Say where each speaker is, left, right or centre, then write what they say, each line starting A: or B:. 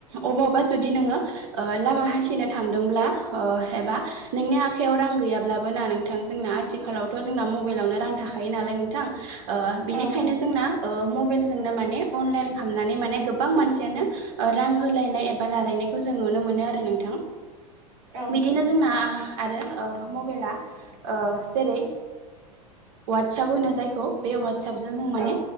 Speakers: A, on the right; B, on the right.
A: अबावबा जुदि नोङो लामा हान्थिनो थांदोंब्ला एबा नोंनि आखायाव रां गैयाब्लाबो ना नोंथां जोंना आथिखालावथ' जोंना मबाइलावनो रां थाखायो नालाय नोंथां बिनिखायनो
B: औ नंगौ
A: जोंना मबाइल जोंनो माने अनलाइन खालामनानै माने गोबां मानसियानो रां होलायनाय एबा लालायनाय जों नुनो मोनो आरो नोंथां
B: औ
A: बिदिनो
B: नंगौ
A: जोंना आरो मबाइलाओ जेरै ववाट्सप होनो जायखौ बे वाट्सपजों जों माने
B: औ